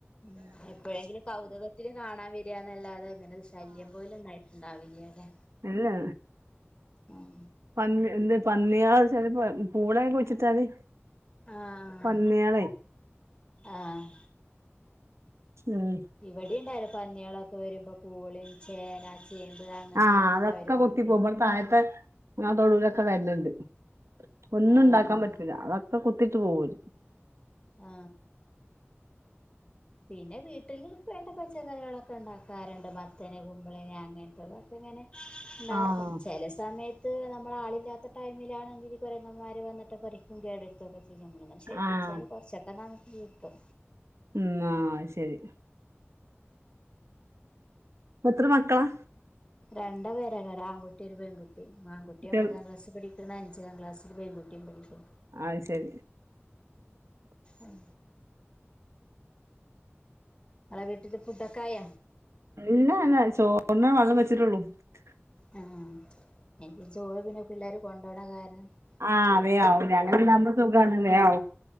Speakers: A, on the left (about 20°); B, on the right (about 80°).
A: ഉ എപ്പോഴെങ്കിലും കൗതുകത്തിൽ കാണാൻ വരികന്നല്ലാതെങ്ങനെ ശല്യം പോലുംന്നായി ഉണ്ടാവില്ല്യാലേ
B: അല്ല
A: ഉം
B: പന്നി പന്നിയാള് പൂള കുഴിച്ചിട്ടാല്
A: ആഹ
B: പന്നികളെ
A: ആഹ
B: ഉം
A: ഇവിടെ ഉണ്ടായിനു പന്നികളൊക്കെ വരുമ്പോ പൂളിയും ചേന ചേമ്പ് അങ്ങനത്തതൊക്കെ
B: ആ അതൊക്കെ
A: അവര് പറിക്കല്
B: കുത്തി പോവും ഇവിടെ താഴത്തെ തൊടൂല വരലുണ്ട് ഒന്നും
A: ആഹ്
B: ഉണ്ടാക്കാൻ പറ്റൂല്ല അ ഒക്കെ കുത്തിട്ട് പോവും
A: ആ പിന്നെ വീട്ടിൽ വേണ്ട പച്ചക്കറികളൊക്കെ ഇണ്ടാക്കാറുണ്ട് മത്തന് കുമ്പളന് അങ്ങനത്തെതൊക്കെ ഇങ്ങനെ ഇണ്ടാക്കും
B: ആഹ്
A: ചില സമയത്ത് നമ്മള് ആളില്ലാത്ത ടൈമിലണങ്കിൽ കുരങ്ങന്മാര് വന്നിട്ട് പറിക്കും കേടു വരുത്തൊക്കെ ചെയ്യും നമ്മള് ശ്രെദ്ധിച്ചാല്
B: ആഹ്
A: കുറച്ചൊക്കെ ന <unintelligible>
B: ഉം ആ ശരി എത്ര മക്കളാ
A: രണ്ടാപേരാ ഒരു ആൺകുട്ടി ഒരു പെൺകുട്ടി ആൺകുട്ടി
B: കുട്ടികൾ
A: ഒമ്പതാം ക്ലാസ് പഠി അഞ്ചാം ക്ലാസിൽ പെൺകുട്ടിയും പഠിക്കണ്
B: അത് ശരി
A: ഉം ഇങ്ങളെ വീട്ടില് ഫുഡൊക്കായ
B: ഇല്ല ഞാൻ ചോറിന് വെള്ളം വെച്ചി <unintelligible>
A: ആ എനിക്ക് ചോറ് പിന്നെ പിള്ളോരും കൊണ്ടോണ കാരണം
B: ആ
A: ചോറ്
B: വേയാവും
A: നേരത്തെ
B: അങ്ങനെല്ലാവുമ്പോ
A: ആവും
B: സുഖണ് വേഗാവും